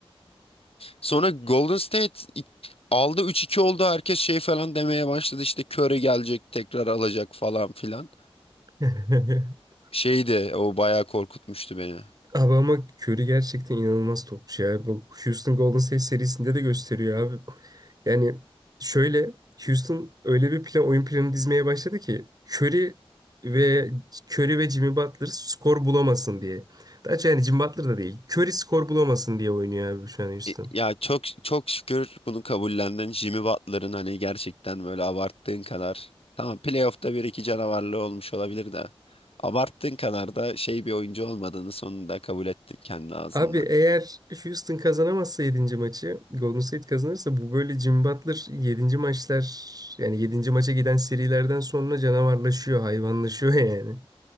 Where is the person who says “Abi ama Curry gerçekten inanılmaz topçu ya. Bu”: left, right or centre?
Right